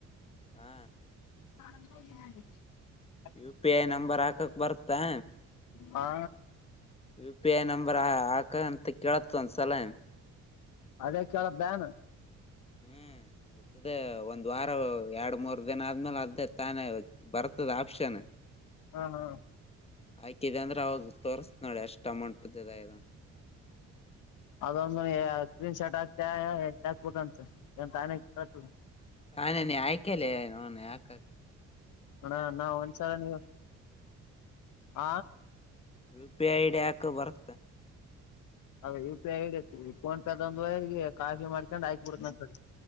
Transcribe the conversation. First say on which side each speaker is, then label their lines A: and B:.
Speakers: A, on the left; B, on the left.
A: ಹಾ
B: ಹಾ <unintelligible>
A: ಯು ಪಿ ಐ ನಂಬರ್ ಹಾಕಕ್ ಬರ್ತ್ತಾ
B: ಹಾ
A: ಯು ಪಿ ಐ ನಂಬರ್ ಹಾಕ ಅಂತ ಕೇಳತ್ತ ಒಂದ್ಸಲ.
B: ಅದೇ ಕೇಳುತ್ಯಾನ್
A: ಹ್ಮ್ ಅದೇ ಒಂದ್ ವಾರ ಎರಡ್ ಮೂರ್ ದಿನ ಆದ್ಮೇಲೆ ಆಗ್ತ್ ಅದೇ ತಾನೇ ಬರ್ತದ ಆಪ್ಷನ್.
B: ಹಾ ಹಾ
A: ಆಕೀದೆ ಅಂದ್ರ ಅವಾಗ ತೋರ್ಸ್ ನೋಡಿ ಎಸ್ಟ್ ಅಮೌಂಟ್ದ ಇದಗ್ಯಂತ್.
B: ಹ ಅದೊಂದ ಸ್ಕ್ರೀನ್ ಶರ್ಟ್ ಆಕ್ತ್ಯ ಎಂಗ್ ಹಾಕ್ಬಂತ ಇಲ ತಾನೆ ಕೇಳ್ತದ.
A: ಹಾ ನಾನ ಆಯ್ಕಲ್ಲ ನ ಯಾಕ ಆಕ್ಟ್.
B: ಅಣ ಅಣ ಒಂನ್ಸಾರಿ <inaudible> ಹ
A: U P I I D ಆಕ್ ಬರ್ತ್ತ.
B: ಅದ ಯು ಪಿ ಐ ಐಡಿಐತಿ ಫೋನ್ ಪೇದ ಒಂದ ಈ ಕಾಫಿ ಮಾಡ್ಕೊಂಡ್ ಆಕ್ಬಿಡತನ ಆಕಡೆ.